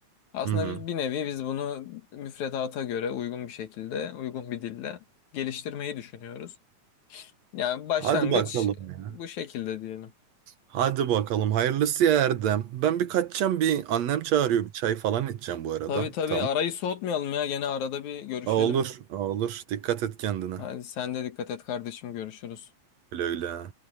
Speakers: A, on the left; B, on the right.
A: Aslında
B: hı hı.
A: bir bir nevi biz bunu müfredata göre uygun bir şekilde, uygun bir dille geliştirmeyi düşünüyoruz. Yani başlangıç
B: Hadi bakalım ya.
A: bu şekilde diyelim.
B: Hadi bakalım hayırlısı ya Erdem. Ben bir kaçacağım bir annem çağırıyor bir çay falan içeceğim bu arada.
A: Tabii tabii
B: Tamam.
A: arayı soğutmayalım ya. Gene arada bir görüşelim.
B: Aa, olur aa, olur. Dikkat et kendine.
A: Hadi sen de dikkat et kardeşim görüşürüz.
B: Öyle öyle.